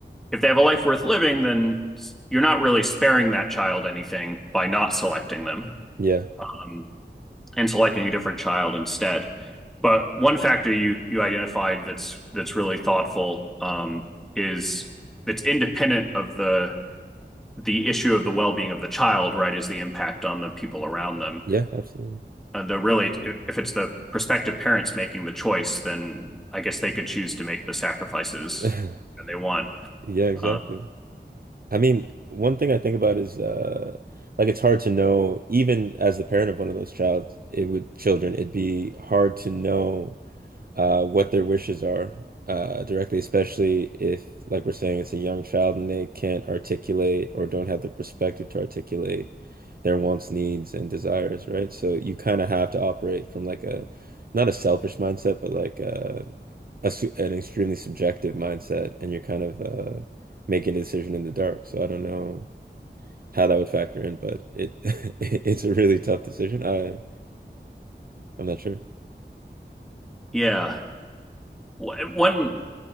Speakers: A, in the centre; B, on the right (about 55°).
A: if they have a life worth living, then you're not really sparing that child anything by not selecting them
B: Yeah.
A: um, and selecting a different child instead. But one factor you you identified that's that's really thoughtful um, is that's independent of the the issue of the well-being of the child right is the impact on the people around them
B: Yeah. Absolutely.
A: uh, the really if it's the prospective parents making the choice then i guess they could choose to make the sacrifices
B: <laughs>
A: that they want
B: Yeah. Exactly.
A: uh,
B: I mean, one thing I think about is uh like it's hard to know, even as the parent of one of those child, it would children, it'd be hard to know uh what their wishes are uh directly, especially if like we're saying it's a young child and they can't articulate or don't have the perspective to articulate their wants, needs, and desires, right? So you kind of have to operate from like a not a selfish mindset, but like uh a su an extremely subjective mindset, and you're kind of uh, making a decision in the dark. So I don't know how that would factor in, but it <laughs> it's a really tough decision. I I'm not sure.
A: yeah one